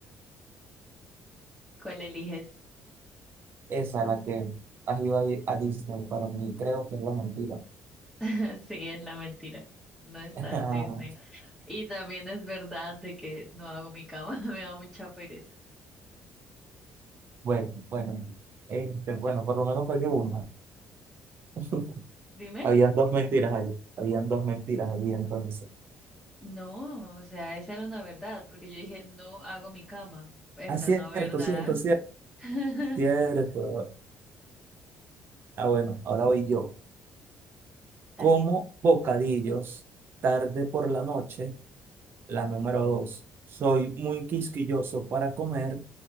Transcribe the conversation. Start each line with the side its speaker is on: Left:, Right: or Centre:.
Centre: ¿Cuál eliges?
Right: esa es la que has ido a, Di- a Disney, para mí creo que es la mentira.
Centre: <laughs> Sí, es la mentira. No está
Right: <laughs>
Centre: en Disney. Y también es verdad de que no hago mi cama. <laughs> Me da mucha pereza.
Right: Bueno, bueno, este, bueno, por lo menos fue que una. <laughs>
Centre: Dime.
Right: Habían dos mentiras allí, habían dos mentiras allí entonces.
Centre: No, o sea, esa era una verdad, porque yo dije, no hago mi cama. Es
Right: Ah,
Centre: una
Right: cierto,
Centre: no verdad.
Right: cierto, cierto,
Centre: <laughs>
Right: cierto. Ah, bueno, ahora voy yo.
Centre: Dale.
Right: Como bocadillos tarde por la noche, la número dos. Soy muy quisquilloso para comer.